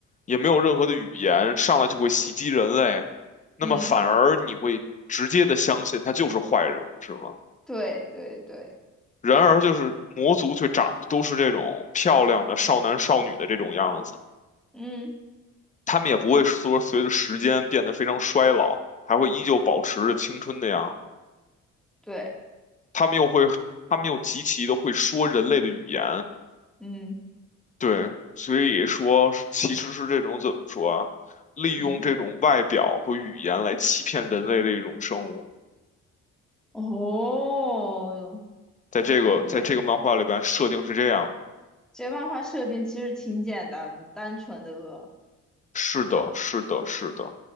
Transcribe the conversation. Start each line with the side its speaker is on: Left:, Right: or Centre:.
Left: 也没有任何的语言，上来就会袭击人类，那么反而你会直接的相信他就是坏人，
Centre: <laughs> 嗯，
Left: 是吗？
Centre: 对对对，
Left: 然而就是魔族却长得都是这种漂亮的少男少女的这种样子。
Centre: 嗯
Left: 他们也不会说随着时间变得非常衰老，还会依旧保持着青春的样子。
Centre: 对，
Left: 他们又会，他们又极其的会说人类的语言，
Centre: 嗯
Left: 对，所以说其实是这种怎么说啊？利用这种外表和语言来欺骗人类的一种生物，
Centre: 嗯，哦哟，
Left: 在这个在这个漫画里边设定是这样的
Centre: 感觉这漫画设定其实挺简单，单纯的恶，
Left: 是的，是的，是的，